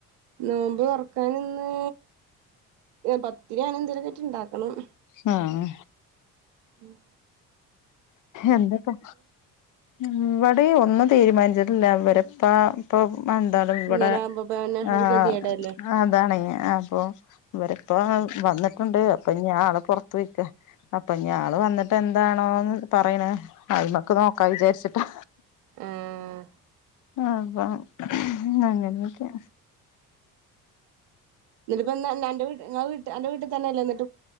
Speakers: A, on the right; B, on the left.
A: നോമ്പ് തൊറക്കാനിന്ന് പത്തിരി അനന്തേലും ഒക്കെയിട്ട് ഇണ്ടാക്കണം
B: ആ ആ
A: ഉം
B: എന്തൊക്കാ ഇവിടെ ഒന്ന് തീരുമാനിച്ചിട്ടില്ല അവരെപ്പ ഇപ്പൊ ന്താലും ഇവിടെ
A: ഇങ്ങനെ ആവുമ്പോ പിന്നെ
B: ആഹ്
A: ഒരു ഗതികേടല്ലേ
B: അതാണ് അപ്പൊ ഇവരിപ്പ വന്നി- പ്പണ്ട് അപ്പൊഞാ ള് പുറത്ത് പോ യ്ക്ക അപ്പൊ ഞാ ള് വന്നിട്ട് എന്താണോന്ന് പറയണ അതുമ്മ ക്ക് നോക്കാ വിചാരിച്ചിട്ടാ
A: ആഹ്
B: അതാ അങ്ങനൊക്കെ
A: ന്നിട്ടപെന്ന അൻറെ വീട്ട് ഇങ്ങളെ വീട്ട് അന്റെ വീട്ട് തന്നെല്ലേ നി -